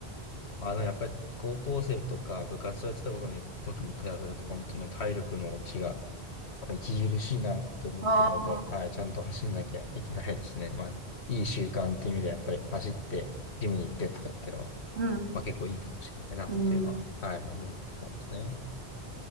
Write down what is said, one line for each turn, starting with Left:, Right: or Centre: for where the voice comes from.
Left: まあ、あのやっぱり高校生とか部活をやってたことに、時に比べると本当の体力の落ちがまあ著しいなって思ってるので、
Right: ああ、
Left: はい、ちゃんと走んなきゃいけないですね。まあ、いい習慣っていう意味でやっぱり走って、ジムに行ってとかっていうのは、
Right: うん、
Left: まあ結構いいかもしれないなっていうのは、
Right: うん。
Left: はい、思ったんですね。